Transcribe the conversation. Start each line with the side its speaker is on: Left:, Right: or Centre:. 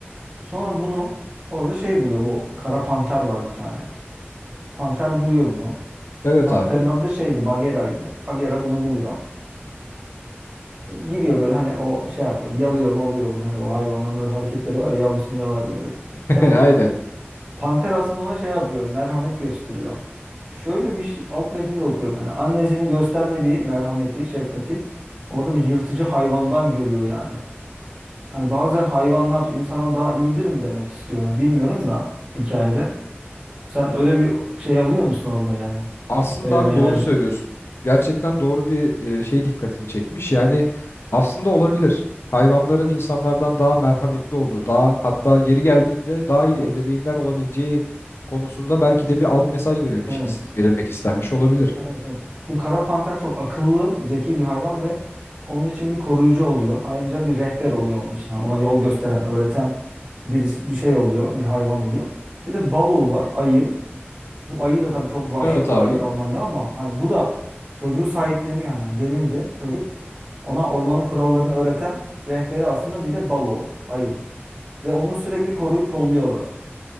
Right: Sonra bunu orada şey buluyor. Bu kara panter var bir tane. Panter buluyor bunu.
Left: Evet
Right: Panterin
Left: abi.
Right: adı da şeydi Bagheera'ydı. Bagheera bunu buluyor. Gidiyor böyle hani o şey yapıyor. Yalıyor malıyor bunu. Hani o hayvanların o hareketleri var ya yavrusunu yalar gibi.
Left: <laughs>
Right: Yani
Left: Aynen.
Right: panter aslında ona şey yapıyor. hani merhamet gösteriyor. Şöyle bir şey, alt metinde okuyorum. Yani annesinin göstermediği merhameti, şefkati orada bir yırtıcı hayvandan görüyor yani. Hani bazen hayvanlar insandan daha iyidir mi demek istiyor. Yani bilmiyorum da hikayede. Sen öyle bir şey alıyor musun orada yani?
Left: Aslında
Right: Öyle
Left: abi
Right: bir enerji.
Left: doğru söylüyorsun. Gerçekten doğru bir e, şey dikkatini çekmiş. Yani aslında olabilir. Hayvanların insanlardan daha merhametli olduğu, daha hatta yeri geldiğinde daha iyi
Right: Evet.
Left: ebeveynler olabileceği konusunda belki de bir alt mesaj verilmiş,
Right: Evet.
Left: verilmek istenmiş olabilir.
Right: Evet. evet. Bu kara panter çok akıllı, zeki bir hayvan ve onun için bir koruyucu oluyor. Ayrıca bir rehber oluyor onun için. Hani ona yol gösteren, öğreten birisi, bir şey oluyor, bir hayvan oluyor. Bir de balığı var, ayı. Bu ayı da tabii çok vahşi
Left: Evet abi.
Right: bir ayı normalde ama hani bu da çocuğu sahipleniyor hemen. Gelince çocuk ona ormanın kurallarını öğreten rehberi aslında bir de balığı, ayı. Ve onu sürekli koruyup kolluyorlar.